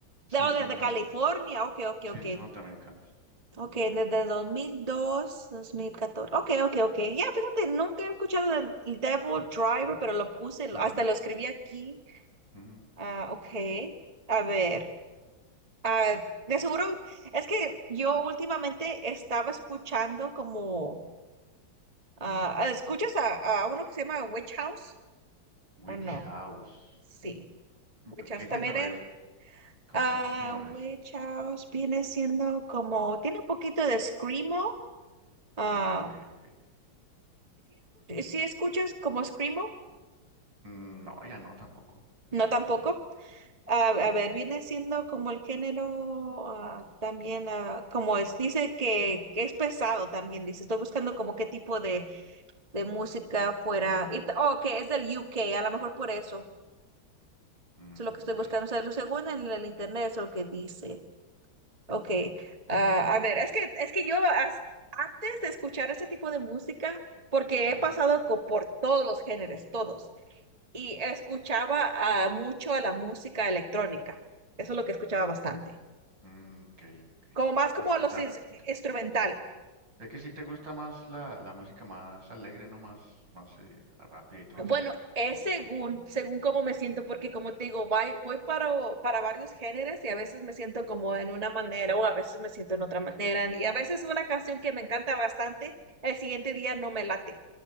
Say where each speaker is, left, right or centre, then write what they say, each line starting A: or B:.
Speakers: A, on the right; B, on the right.
A: Sí,
B: No,
A: son,
B: desde
A: no,
B: California. Ok, ok,
A: sí,
B: ok.
A: son norteamericanos.
B: Ok, desde dos mil dos dos mil mil catorce Ok, ok, ok. Ya, fíjate, nunca he escuchado del el Devil Driver, pero lo puse, lo-
A: Ujú,
B: hasta lo escribí aquí.
A: ujú.
B: Ah, ok. A ver. ah, de seguro, es que yo últimamente estaba escuchando como. ah, ¿escuchas a, a uno que se llama Witch House?
A: Witch
B: ¿O no?
A: House.
B: Sí.
A: Mm,
B: Witch
A: pero
B: House
A: ¿Qué género
B: también era.
A: es? ¿Con,
B: Ah,
A: con qué género
B: Witch
A: es?
B: House viene siendo como, tiene un poquito de screamo. Ah,
A: Ah, ok, ok.
B: si escuchas como screamo,
A: Mm, No, ya no tampoco.
B: no tampoco. Ah, a ver, viene siendo como el género ah, también, ah, como es, dice que, que es pesado también, dice. Estoy buscando como qué tipo de, de música fuera. Y t- oh, que es del U K a lo mejor por eso.
A: Mm,
B: Eso es lo que estoy
A: ok,
B: buscando.
A: ok.
B: O sea, lo- según en el internet, eso es lo que dice. Ok, ah, a ver, es que, es que yo as- antes de escuchar este tipo de música, porque
A: Ujú,
B: he pasado co- por todos los géneros, todos, y escuchaba ah, mucho a la música electrónica, eso es lo que escuchaba bastante,
A: mm, ok, ok.
B: como más
A: O
B: como
A: sea, t-
B: a los
A: o sea,
B: ins-
A: t- t-
B: instrumental.
A: es que sí te gusta más la, la música más alegre, ¿no? Más, más eh, rápida y todo eso.
B: Bueno, es según, según cómo me siento, porque como te digo, voy, voy para, o- para varios géneros y a veces me siento como en una manera o a veces me siento en otra manera, y a veces una canción que me encanta bastante, el siguiente día no me late.